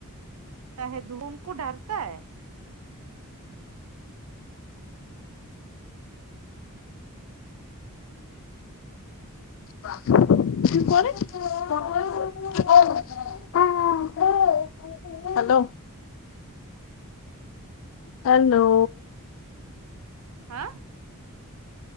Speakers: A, on the right; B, on the left.
A: شاید دو ان کو ڈرتا ہے
B: <unintelligible> ہلو ہیلو
A: ہاں